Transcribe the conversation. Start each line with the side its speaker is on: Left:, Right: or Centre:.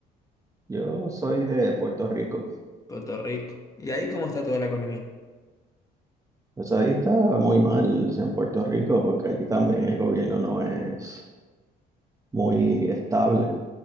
Right: Yo soy de Puerto Rico.
Left: Puerto Rico. ¿Y ahí cómo está toda la economía?
Right: Pues ahí está muy mal en Puerto Rico porque aquí también el gobierno no es muy estable